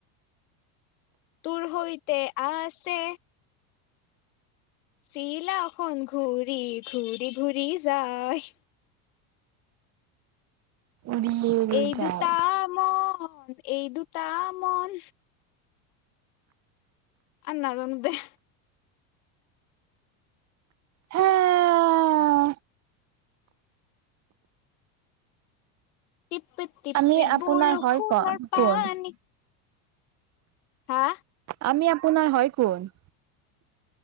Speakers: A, on the left; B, on the right.
A: তোৰ সৈতে আহ আছে চিলাখন ঘূৰি ঘূৰি ঘূৰি যায়
B: উৰি উৰি
A: এই
B: যায়
A: দুটামন এই দুটা মন আৰু নাযানো দে
B: হা
A: টিপি টিপি
B: আমি আপোনাৰ
A: বৰষুণৰ
B: হয় কন
A: পানী
B: কোন
A: হা
B: আমি আপোনাৰ হয় কোন?